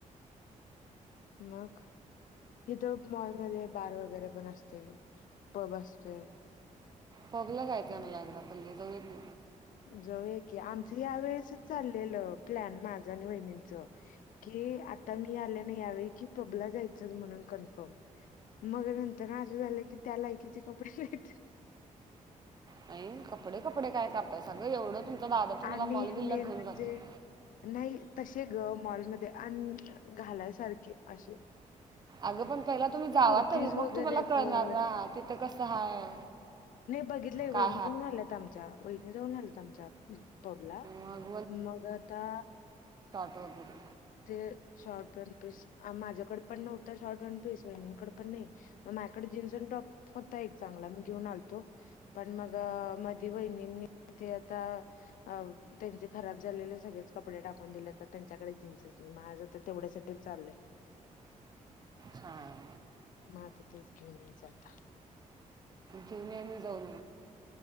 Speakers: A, on the left; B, on the right.
A: मग इथं मॉलमध्ये बार वगैरे पण असतय पब असतय
B: पबलं जायच लागला <unintelligible> पली <unintelligible> जव <unintelligible>
A: जाऊ की आमचं या वेळेसच चाललेलं प्लॅन माझं आणि वहिणींच की आता मी आल्या ना यावेळी कि तबला जायचच म्हणून कन्फर्म मग नंतर ना असं झालं की त्या लायकीचे कपडे नाहीत
B: नाही कपडे कपडे काय कापतय सगळं एवढं तुमचा दादा तुम्हाला
A: आणि
B: मॉल बिलला
A: मेन
B: घेऊन
A: म्हणजे
B: जातो
A: नाही त ते ग मॉलमध्ये अ घालायसारखे असे
B: अगं पण पहिला तुम्ही जावा
A: कुर्तीज
B: तरी मग
A: वगैरे
B: तुम्हाला कळणार
A: पण
B: ना तिथं कसं हाय
A: नाही बघितलंय वहिनी
B: काय
A: जाऊन आल्यात आमच्या वहिनी जाऊन आल्यात आमच्यात पबला
B: मग
A: मग आता
B: हो ब
A: ते शॉर्ट वन पीस माझ्याकडे पण नव्हता शॉर्ट वन पीस वहिंकडे पण नाही म माझ्याकडे जीन्स अ टॉप होता एक चांगला मी घेऊन आलतो पण मग मध वहिनींनी तथे आता अ त्यांचे खराब झालेले सगळेच कपडे टाकून दिले तर त्यांच्याकडे जीनसेस मा माझं तर तेवढ्यासाठीच चाललंय
B: हां
A: म तर तेच घेऊन येचता
B: जेऊ म आ्ही जाऊन